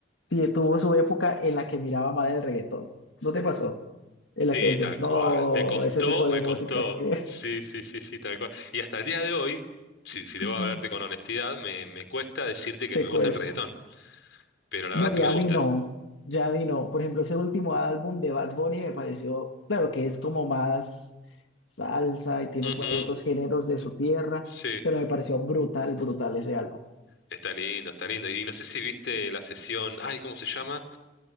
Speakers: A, on the left; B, on the left.
A: ti- tuvo su época en la que miraba mal el reggaetón. ¿No te pasó? En la
B: Sí,
A: que decías,
B: tal
A: no,
B: cual. Me costó,
A: ese tipo de
B: me
A: música
B: costó.
A: que
B: Sí, sí, sí, sí, tal cual. Y hasta el día de hoy, si, si debo
A: <laughs>
B: hablarte con honestidad, me, me cuesta decirte que
A: te
B: me gusta
A: cuesta.
B: el reggaetón. Pero la
A: No,
B: verdad es
A: ya
B: que me gusta.
A: a mí no, ya a mí no. Por ejemplo, ese último álbum de Bad Bunny me pareció, claro que es como más salsa y tiene
B: Ujú,
A: por ahí otros géneros de su tierra,
B: Sí,
A: pero me pareció brutal, brutal ese álbum.
B: está lindo, está lindo. Y no sé si viste la sesión, ay, ¿cómo se llama?